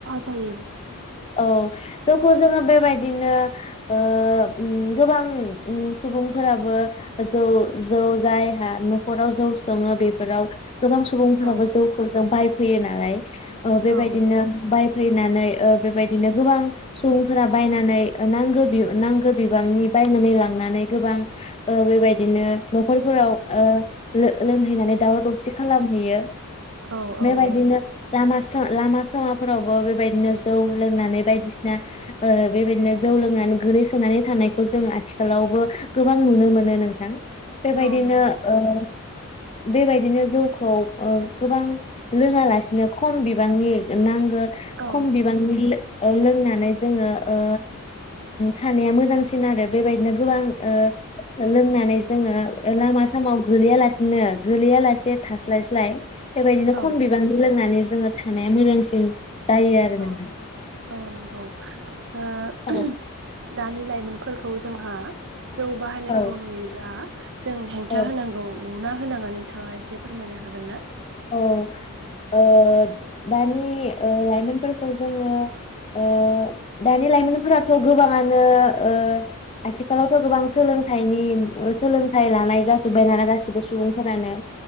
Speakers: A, on the right; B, on the left.
A: <unintelligible>
B: औ जौखौ जोङो बेबायदिनो ओ उम गोबां उम सुबुंफोराबो जौ जौ जायहा न'खराव जौ सङो बेफोराव गोबां सुबुंफोराबो
A: औ
B: जौखौ जा बाय फैयो नालाय। ओ बेबायदिनो
A: औ नंगौ
B: बाय फैनानै ओ बेबायदिनो गोबां सुबुंफोरा बायनानै नांगो बि नांगो बिबांनि बायनानै लांनानै गोबां ओ बेबायदिनो न'खरफोराव ओ लो-लोंहैनानै दावराव दावसि खालामहैयो।
A: औ
B: बेबायदिनो
A: औ औ
B: दाम सा लामा-सामाफोरावबो बेबायदिनो जौ लोंनानै बायदिसिना ओ बेबायदिनो जौ लोंनानै गोलैसोनानै थानायखौ जों आथिखालावबो गोबां नुनो मोनो नोंथां। बेबायदिनो
A: औ नंगौ
B: ओ बेबायदिनो जौखौ गोबां लोङालासिनो खम बिबांनि नांगौ ओ
A: औ
B: खम बिबां लो ओ लोंनानै जोङो ओ थानाया मोजांसिन आरो बेबायदि नो गोबां ओ लोंनानै जोङो लामा सामायाव गोलैया लासेनो गोलैया लासे थास्लायस्लाय बेबायदिनो
A: औ
B: खम बिबांनि लोंनानै जोङो थानाया मोजांसिन जायो आरो
A: औ
B: नो
A: औ नंगौ ओ उम
B: औ
A: दा - नि लाइमोनफोरखौ जोंहा जौ बाहायनायखौ
B: औ
A: नुयोब्ला जों हेंथा
B: औ
A: होनांगौ अ ना होनाङा नोंथाङा एसे फोरमायनो हागोन ना?
B: औ। ओ दानि ओ लाइमोनफोरखौ जोङो ओ दानि लाइमोनफोराथ' गोबाङानो ओ आथिखालावथ' गोबां सोलोंथाइनि सोलोंथाइ लानाय जाजोब्बाय दाना गासैबो सुबुंफोरानो